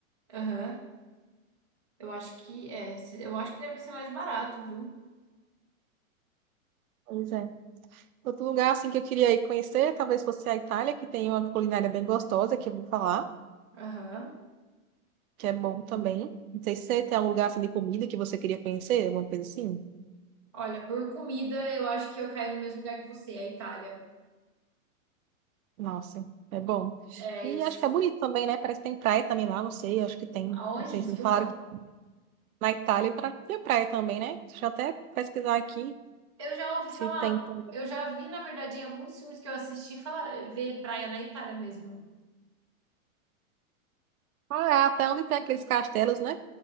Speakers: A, on the right; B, on the right.
A: Aham. Eu acho que é. se- Eu acho que deve ser mais barato, viu?
B: Pois é. Outro lugar assim que eu queria ir conhecer, talvez fosse a Itália, que tem uma culinária bem gostosa, que eu vou falar.
A: Aham.
B: que é bom também. Não sei se você tem algum lugar assim de comida que você queria conhecer, alguma coisa assim.
A: Olha, por comida, eu acho que eu caio no mesmo lugar que você, a Itália.
B: Nossa, é bom.
A: É,
B: E
A: eu... s-
B: acho que é bonito também, né? Parece que tem praia também lá, não sei, acho que tem.
A: Aonde?
B: Não sei
A: Desculpa.
B: se me falaram que na Itália pra- tem praia também, né? Deixa eu até pesquisar aqui
A: Eu já ouvi
B: se
A: falar,
B: tem também.
A: eu já vi, na verdade, em alguns filmes que eu assisti, falar, ver praia na Itália mesmo.
B: Ah, é até onde tem aqueles castelos, né?